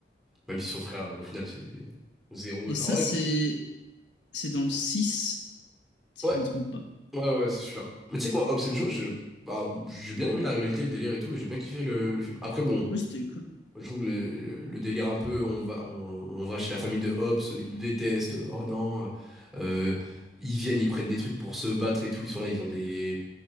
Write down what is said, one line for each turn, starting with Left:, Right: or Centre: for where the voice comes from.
Centre: même si son frère, euh, au final, c'est zéro.
Left: Et
Centre: euh.
Left: ça,
Centre: Ah ouais,
Left: c'est C'est dans le 6 si
Centre: ouais,
Left: je me trompe pas.
Centre: ouais, ouais, c'est celui-là. Mais tu sais quoi, Hobbs and Shaw, je- bah, j'ai bien aimé la rivalité, le délire et tout, et j'ai bien kiffé le, le film. Après, bon,
Left: Oui, c'était cool.
Centre: je trouve que le, le délire un peu, on va, on, on va chez la famille de Hobbs, ils nous détestent, oh non. euh, ils viennent, ils prennent des trucs pour se battre et tout, ils sont là, ils ont des,